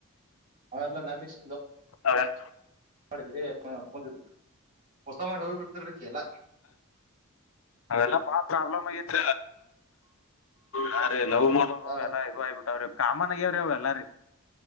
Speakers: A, on the right; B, on the left.
A: ಅವೆಲ್ಲ ನಾ ಭಕ್ಷ.
B: ಅವೆಲ್ಲ
A: ಮಾಡಿದ್ರಿ <unintelligible> ಹೊಸ ಮಾಡಿ ಹೋಗ್ ಬಿಡ್ತರ್ ಅಕ್ಕಿ ಎಲ್ಲ
B: ಅವೆಲ್ಲ ಪ್ರಾಬ್ಲಮ್ ಆಗತ್ ಯಾರೇ ನೋವು ಮಾಡೋದು
A: ಆ
B: ಎಲ್ಲ ಇ ಆಯ್ಬಿಟ್ಟಾವ್ರಿ ಕಾಮನ್ ಆಗ್ಯಾವ್ರಿ ಅವ್ ಎಲ್ಲ ರೀ